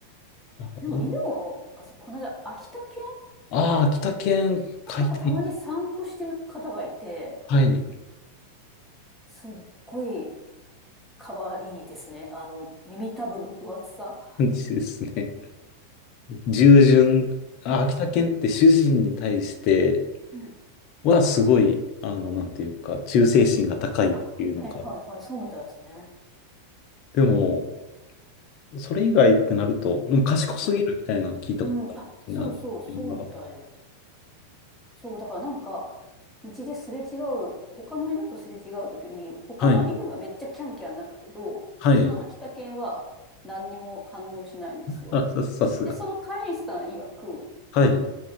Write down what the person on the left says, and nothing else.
あ
あー、秋田犬飼いたい。
はい、
感じですね。従順、あ、秋田犬って主人に対して
はすごい、あの、なんていうか、忠誠心が高いっていうのか。
でも、それ以外ってなると、もう賢すぎるみたいなのを聞いたことあるんですね、
秋田犬が。
はい。はい。
あ、さ、さすが。
はい。